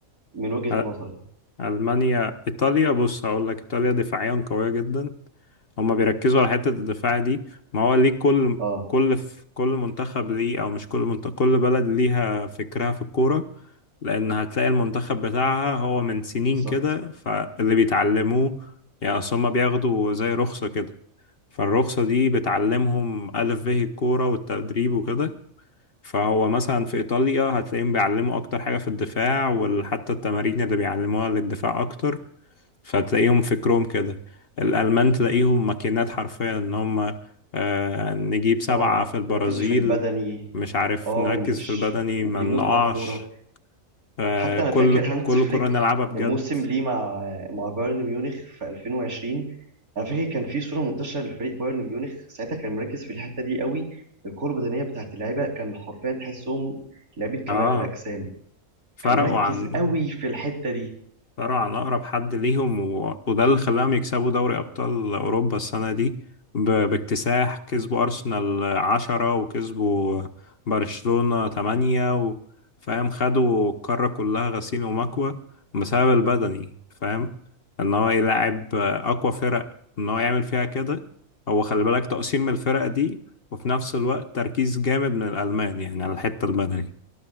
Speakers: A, on the right (about 85°); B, on the left (about 45°).
A: من وجهة
B: أ-
A: نظري
B: المانيا ايطاليا بص هقول لك ايطاليا دفاعيا قوية جدا هما بيركزوا على حتة الدفاع دي ما هو ليه كل
A: اه
B: كل في كل منتخب ليه او مش كل منتخب كل بلد ليها فكرها في الكورة لان هتلاقي المنتخب بتاعها هو من سنين
A: بالظبط
B: كده فاللي بيتعلموه يعني اصل هما بياخدوا زي رخصة كده فالرخصة دي بتعلمهم ألف به الكورة والتدريب وكده فهو مثلا في إيطاليا هتلاقيهم بيعلموا أكتر حاجة في الدفاع وحتى التمارين اللي بيعلموها للدفاع أكتر فتلاقيهم فكرهم كده الألمان تلاقيهم ماكينات حرفيا إن هم آه، نجيب سبعة
A: اه
B: في البرازيل
A: بيركزوا في البدني
B: مش عارف
A: اه
B: نركز
A: مش
B: في البدني
A: وبيموتوا
B: ما نقعش
A: على الكورة
B: آه،
A: حتى
B: كل
A: انا فاكر هانز
B: كل
A: فليك
B: كرة نلعبها بجد
A: الموسم ليه مع مع بايرن ميونخ في 2020 انا فاكر كان في صوره منتشره لفريق بايرن ميونخ ساعتها كان مركز في الحته دي قوي القوه البدنيه بتاعت اللعيبه كان حرفيا تحسهم لعيبه كمال
B: اه
A: اجسام
B: فرقوا
A: كان مركز
B: عن
A: قوي في الحته دي
B: فرع عن أقرب حد ليهم و... وده اللي خلاهم يكسبوا دوري أبطال أوروبا السنة دي ب... باكتساح كسبوا أرسنال عشرة وكسبوا برشلونة تمانية و... فاهم خدوا القارة كلها غسيل ومكوى بسبب البدني فاهم إن هو يلعب أقوى فرق إن هو يعمل فيها كده هو خلي بالك تقصير من الفرق دي وفي نفس الوقت تركيز جامد من الألمان يعني على الحتة البدني